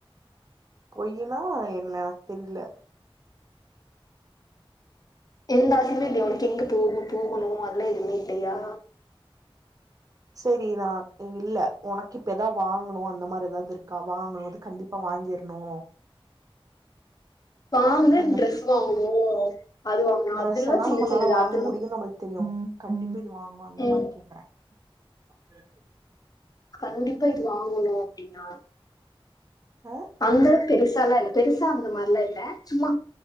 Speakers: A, on the right; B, on the left.
A: பொயின்னா என்ன எனக் தெர்ல
B: எந்தா ஆசயுமே இல்லைய உனுக்கு எங்க போ போகணூ அதுல்லா எதுமே இல்லியா
A: செரி நா இல்ல உனக்கு இப்ப ஏதா வாங்கனூ அந்தமாரி ஏதாவ்து இருக்கா வாங்கனூ இது கண்டிப் இப்ப வாங்கிற்னோ
B: வாங்கனு
A: அந்தப்
B: ட்ரெஸ் வாங்கணு அது வாங்கணு
A: ட்ரெஸ்
B: அதெல்லா
A: எல்லா
B: சின்ன
A: நம்மனால
B: சின்னது
A: வாங்க
B: அதெல்லா
A: முடியூ நம்மளுக்கு தெரியூ கண்டிப்ப இத வாங்கணூ அந்தமாரி
B: ம்
A: கேக்குறே கேக்குது
B: கண்டிப்பா இது வாங்கணூ அப்டின்னா
A: ஆ
B: அந்தளவுக்கு பெருசால்லா இல்ல பெருசா அந்த மாரில்லா இல்ல சும்மா